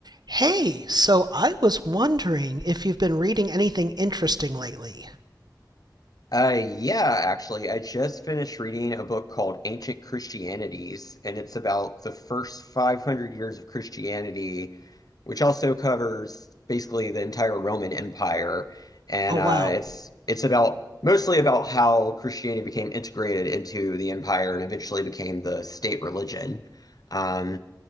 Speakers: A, on the right; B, on the left.
A: Hey, so I was wondering if you've been reading anything interesting lately.
B: Uh, yeah, actually, I just finished reading a book called Ancient Christianities, and it's about the first 500 years of Christianity, which also covers basically the entire Roman Empire. And
A: Oh,
B: uh,
A: wow.
B: it's it's about mostly about how Christianity became integrated into the empire and eventually became the state religion. Um,